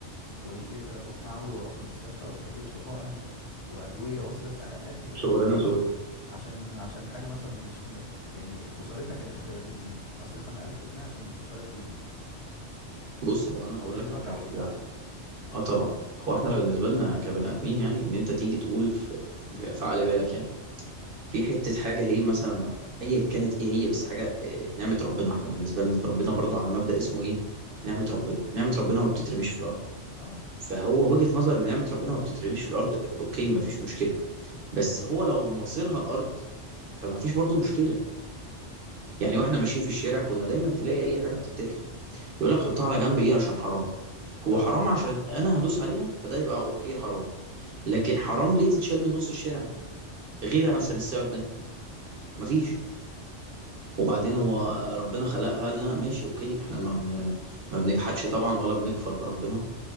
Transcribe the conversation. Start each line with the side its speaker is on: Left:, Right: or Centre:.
Left: ويجي لي تلبك معوي واروح المستشفى واتحجز وحقن وادويه واصرف قد كده
Right: شغلانة
Left: اهو فلوس
Right: سودا.
Left: عشان عشان حاجه مثلا مش م... يعني خسارتها كانت هتبقى بجنيه اصرف انا 1000 جنيه عشان خساره جنيه
Right: بُص، هو أنا هاقول
Left: غير
Right: لك
Left: الوجع
Right: على حاجة،
Left: والتعب
Right: هي آه طبعًا. هو إحنا بالنسبة لنا كبني آدمين يعني إن أنت تيجي تقول ف ف في على بالك يعني، في حتّة حاجة هي مثلًا أيًا كانت إيه هي، بس حاجة آآ نعمة ربنا، إحنا بالنسبة لنا اتربينا برضه على مبدأ اسمه إيه، نعمة ربنا. نعمة ربنا
Left: بالظبط
Right: ما بتترميش في الأرض،
Left: اه
Right: فهو وجهة نظر إن نعمة ربنا ما بتترميش في الأرض أوكي، ما فيش مشكلة، بس هو لو مصيرها الأرض، فما فيش برضه مشكلة. يعني واحنا ماشيين في الشارع كنا دايما تلاقي اي حاجه بتتاكل يقول لك حطها على جنب ايه عشان حرام هو
Left: اه
Right: حرام عشان انا هدوس عليها فده يبقى اوكي حرام لكن حرام ليه تتشال من نص الشارع غير عشان السبب ده مفيش وبعدين هو ربنا خلقها لنا ماشي اوكي احنا ما بن... ما بنجحدش طبعا ولا بنكفر بربنا